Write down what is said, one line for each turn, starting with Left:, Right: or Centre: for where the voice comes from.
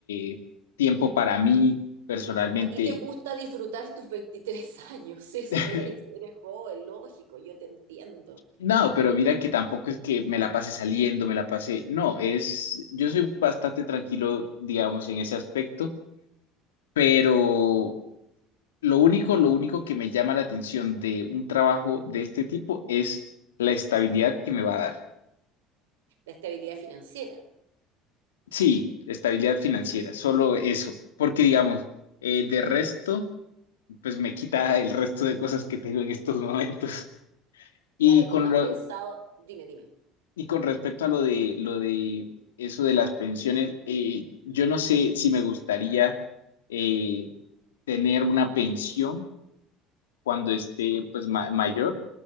Left: eh, tiempo para mí personalmente.
Right: A ti te gusta disfrutar tus 23 años, <laughs> eso
Left: <laughs>
Right: es, eres joven, lógico, yo te entiendo.
Left: No, pero mira que tampoco es que me la pase saliendo, me la pase, no, es, yo soy bastante tranquilo, digamos, en ese aspecto, pero lo único, lo único que me llama la atención de un trabajo de este tipo es la estabilidad que me va a dar.
Right: La estabilidad financiera,
Left: Sí, estabilidad financiera, solo eso, porque digamos, eh, de resto, pues me quita el resto de cosas que tengo en estos <laughs> momentos.
Right: claro,
Left: Y con
Right: y no has
Left: lo,
Right: pensado, dime, dime.
Left: y con respecto a lo de lo de eso de las pensiones, eh, yo no sé si me gustaría eh, tener una pensión cuando esté pues ma- mayor.